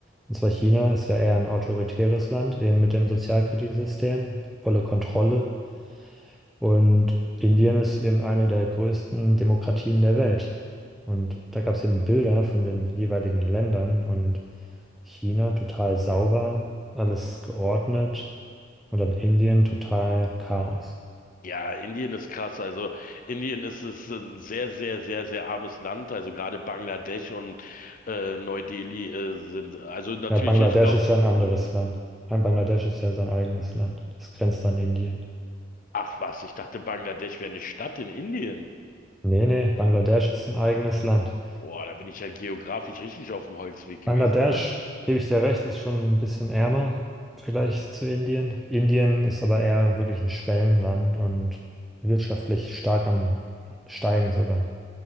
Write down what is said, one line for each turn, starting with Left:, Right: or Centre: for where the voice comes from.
Centre: Und zwar China ist ja eher ein autoritäres Land, eben mit dem Sozialkreditsystem, volle Kontrolle. Und Indien ist eben eine der größten Demokratien der Welt. Und da gab es eben Bilder von den jeweiligen Ländern und China total sauber, alles geordnet und dann Indien total Chaos.
Left: Ja, Indien ist krass. Also Indien ist, ist ein sehr, sehr, sehr, sehr armes Land. Also gerade Bangladesch und äh, Neu-Delhi äh, sind, also natürlich,
Centre: Ja, Bangladesch
Left: ich glaube,
Centre: ist ja ein anderes Land. Ein Bangladesch ist ja sein eigenes Land. Das grenzt an Indien.
Left: ach was, ich dachte, Bangladesch wäre eine Stadt in Indien.
Centre: Nee, nee, Bangladesch ist ein eigenes Land.
Left: Boah, da bin ich ja geografisch richtig auf dem Holzweg gewesen,
Centre: Bangladesch,
Left: oder?
Centre: gebe ich dir recht, ist schon ein bisschen ärmer im Vergleich zu Indien. Indien ist aber eher wirklich ein Schwellenland und wirtschaftlich stark am Steigen sogar.